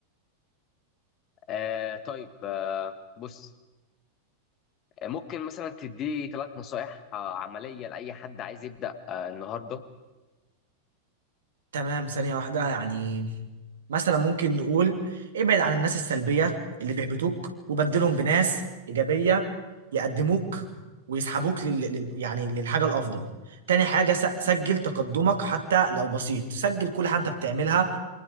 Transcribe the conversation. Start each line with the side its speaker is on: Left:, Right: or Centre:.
Left: آه، طيب آه، بص آه، ممكن مثلا تدي ثلاث نصائح آه، عملية لأي حد عايز يبدأ آه، النهاردة
Right: تمام ثانية واحدة يعني مثلا ممكن نقول ابعد عن الناس السلبية اللي بيحبطوك وبدلهم بناس إيجابية يقدموك ويسحبوك لل... لل- يعني للحاجة الأفضل تاني حاجة س... سجل تقدمك حتى لو بسيط سجل كل حاجة أنت بتعملها